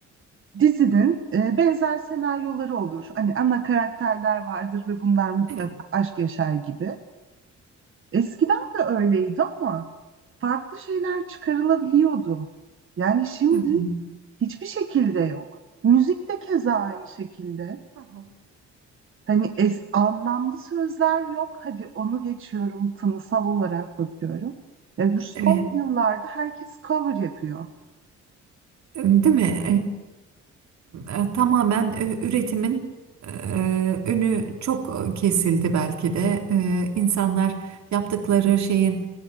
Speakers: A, on the right; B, on the right.
A: dizinin e, benzer senaryoları olur. Hani ana karakterler vardır ve bunlar mutlaka
B: Evet.
A: aşk yaşar gibi. Eskiden de öyleydi ama farklı şeyler çıkarılabiliyordu. Yani şimdi
B: Hı hı.
A: hiçbir şekilde yok. Müzik de keza aynı şekilde.
B: Hı hı.
A: Hani es- anlamlı sözler yok. Hadi onu geçiyorum, tınısal olarak bakıyorum. Yani bu son
B: Evet.
A: yıllarda herkes cover yapıyor.
B: Değil mi? E, Tamamen e, üretimin e, önü çok kesildi belki de. E, insanlar yaptıkları şeyin